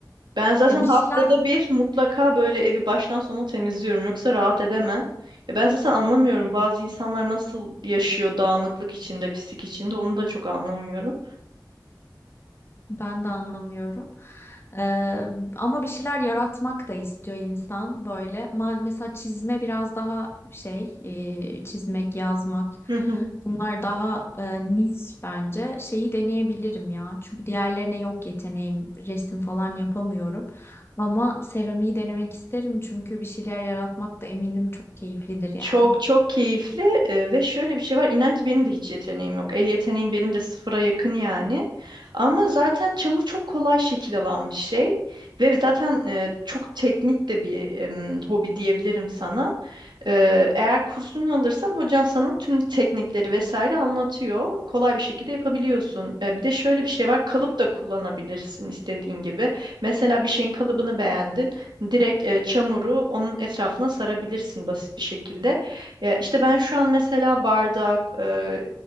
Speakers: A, on the right (about 85°); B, on the left (about 35°).
A: Ben zaten
B: e, bir
A: haftada
B: şeyler
A: bir mutlaka böyle evi baştan sona temizliyorum. Yoksa rahat edemem. Ya ben zaten anlamıyorum bazı insanlar nasıl yaşıyor dağınıklık içinde, pislik içinde onu da çok anlamıyorum.
B: Ben de anlamıyorum. Eee, ama bir şeyler yaratmak da istiyor insan böyle. Ma- mesela çizme biraz daha şey, eee, çizmek, yazmak.
A: <laughs>
B: Bunlar daha eee, niş bence. Şeyi deneyebilirim ya. Çünkü diğerlerine yok yeteneğim. Resim falan yapamıyorum. Ama seramiği denemek isterim çünkü bir şeyler yaratmak da eminim çok keyiflidir yani.
A: Çok çok keyifli e, ve şöyle bir şey var. İnan ki benim de hiç yeteneğim yok. El yeteneğim benim de sıfıra yakın yani. Ama zaten çamur çok kolay şekil alan bir şey. Ve zaten e, çok teknik de bir em, hobi diyebilirim sana. Ee, eğer kursunu alırsan hocan sana tüm teknikleri vesaire anlatıyor. Kolay bir şekilde yapabiliyorsun. Ee, bir de şöyle bir şey var. Kalıp da kullanabilirsin istediğin gibi. Mesela bir şeyin kalıbını beğendin. Direkt e, çamuru onun etrafına sarabilirsin basit bir şekilde. Ya işte ben şu an mesela bardak, e,